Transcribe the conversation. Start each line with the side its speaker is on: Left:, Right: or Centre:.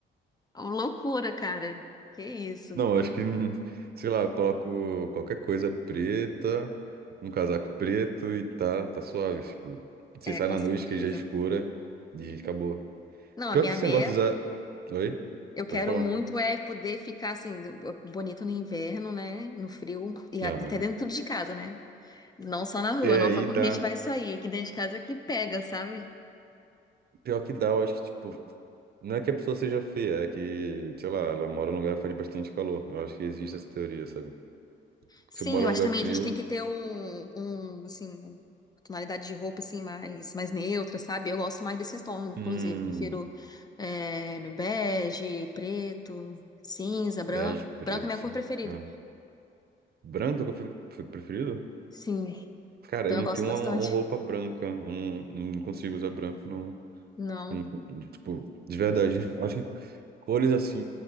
Left: Uma loucura, cara. Que isso.
Right: Não, acho que, hum, sei lá, eu coloco qualquer coisa preta, um casaco preto e tá, tá suave. Tipo, você
Left: É,
Right: sai
Left: com
Right: na
Left: certeza.
Right: noite que já é escura e acabou.
Left: Não,
Right: Pior
Left: a minha
Right: que esse
Left: meta,
Right: negócio já. Oi?
Left: eu quero
Right: Pode falar.
Left: muito é poder ficar assim, do- bonita no inverno, né? No frio, e a-
Right: Aham.
Left: até dentro de casa, né? Não só na rua,
Right: É,
Left: não
Right: aí
Left: só quando
Right: dá.
Left: a gente vai sair. Aqui dentro de casa que pega, sabe?
Right: Pior que dá, eu acho que, tipo, não é que a pessoa seja feia, é que, sei lá, ela mora num lugar que faz bastante calor. Eu acho que existe essa teoria, sabe?
Left: Sim,
Right: Se mora
Left: eu
Right: num
Left: acho
Right: lugar
Left: que também
Right: frio,
Left: a gente tem que ter um, um assim, uma tonalidade de roupa, assim, mais, mais neutra, sabe? Eu gosto mais desses tons, inclusive.
Right: hum,
Left: Prefiro é, bege, preto, cinza, branco.
Right: bege, preto,
Left: Branco é minha
Right: assim,
Left: cor preferida.
Right: é. Branco é o que eu fe- preferido?
Left: Sim,
Right: Cara,
Left: então
Right: eu não
Left: eu gosto
Right: tenho
Left: bastante.
Right: uma, uma roupa branca, eu não, não consigo usar branco, não.
Left: Não,
Right: Não co- Tipo, de verdade. <laughs> Eu acho que cores assim,